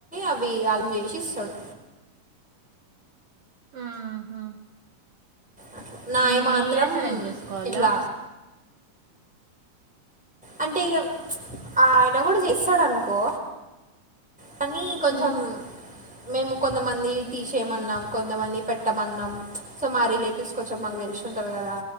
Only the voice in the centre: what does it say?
అవి ఆలం చేసి ఇస్తాడు
అట్లా నాయ
మాత్రం
ఇట్లా అంతే ఇక చ్ ఆయన కూడా తిస్తాడనుకో కానీ కొంచం
మేము కొంతమంది తీసేయమన్నాం కొంతమంది పెట్టమన్నాం సో మా రిలేటివ్స్ కొంచెం మాకు తెలిసి ఉంటది కదా